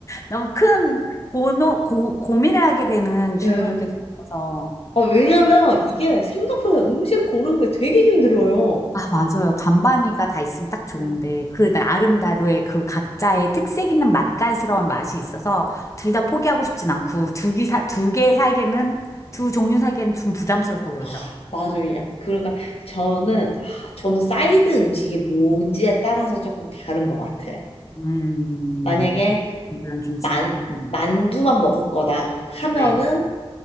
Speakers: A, on the left; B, on the left.
A: 너무 큰 고노, 고, 고민을 하게 되는 질문을
B: 예.
A: 계속 줘서
B: 아, 왜냐면 이게 생각보다 음식 고르는 게 되게 힘들어요.
A: 아 맞아요 반반이가 다 있으면 딱 좋은데
B: 예.
A: 그 나름대로의 그 각자의 특색 있는 맛깔스러운 맛이 있어서 둘 다 포기하고 싶진 않고 두개사두 개 사기는 두 종류 사기에는 좀 부담스럽고
B: 좀,
A: 그러죠.
B: 아, 맞아요. 그러니까 저는, 아, 저는 사이드 음식이 뭔지에 따라서 조금 다른 것 같아요.
A: 음,
B: 만약에
A: 이런 김치는요.
B: 만,
A: 음,
B: 만두만 먹을 거다 하면은
A: 네.